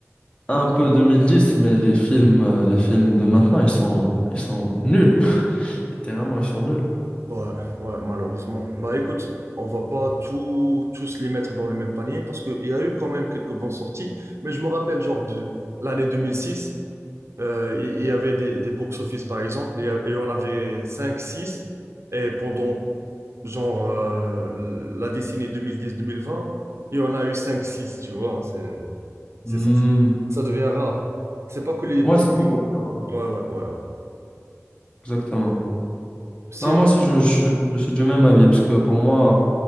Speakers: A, on the left; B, on the right.
A: un peu deux mille dix mais les films, euh, les films de maintenant, ils sont, ils sont nuls. <laughs> Littéralement, ils sont nuls.
B: Ouais, ouais, malheureusement. Bah écoute, on va pas tout, tous les mettre dans le même panier parce qu'il y a eu quand même quelques bonnes sorties, mais je me rappelle genre de l'année 2006. Euh, il y avait des, des box-office, par exemple, et, et on avait 5 six Et pendant, genre, euh, la décennie 2010-2020, il y en a eu 5 six tu vois. hein, C'est, c'est
A: Hmm,
B: ça, ça devient rare. C'est pas que les
A: Moi,
B: bons
A: c'est beaucoup
B: films.
A: plus rare.
B: Ouais, ouais, ouais, ouais.
A: Exactement.
B: Sinon,
A: Non, moi aussi, je, je, je suis du même avis, parce que pour moi,